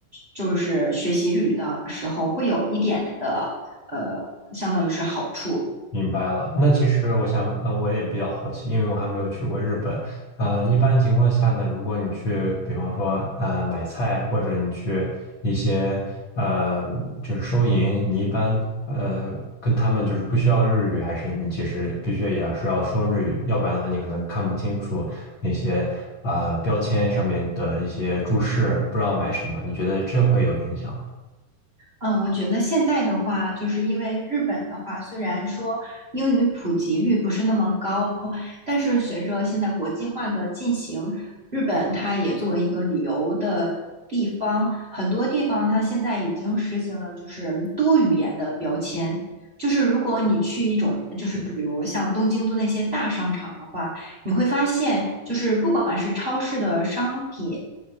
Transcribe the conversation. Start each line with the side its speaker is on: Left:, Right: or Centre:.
Right: 就是学习日语的时候会有一点的呃，相当于是好处。
Left: 明白了，那其实我想，呃，我也比较好奇，因为我还没有去过日本。呃，一般情况下呢，如果你去，比方说，呃，买菜或者你去一些，呃，就是收银，你一般，呃，跟他们就是不需要日语，还是你其实必须也要是要说日语，要不然的话，你可能看不清楚那些，呃，标签上面的一些注释，不知道买什么，你觉得这会有影响吗？
Right: 嗯，我觉得现在的话，就是因为日本的话，虽然说英语普及率不是那么高，但是随着现在国际化的进行，日本它也作为一个旅游的地方，很多地方它现在已经实行了就是多语言的标签。就是如果你去一种，就是比如像东京都那些大商场的话，你会发现，就是不管是超市的商品，